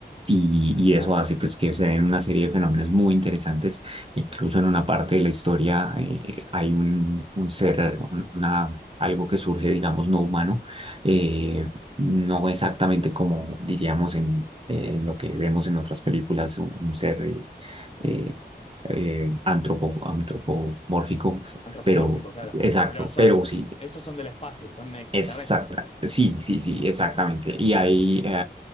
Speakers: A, on the right; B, on the left.
A: Y, y
B: claro.
A: eso hace pues que se den una serie de fenómenos muy interesantes. Incluso en una parte de la historia eh, hay un, un ser, un- una, algo que surge, digamos, no humano, eh, no exactamente como diríamos en, eh, en lo que vemos en otras películas, un, un ser eh, eh, eh, antropo- antropomórfico,
B: Antropomórfico,
A: pero
B: claro.
A: exacto,
B: Pero son,
A: pero sí,
B: esos son del espacio, son extraterrestres.
A: Exacta, sí, sí, sí, exactamente. Y hay, eh,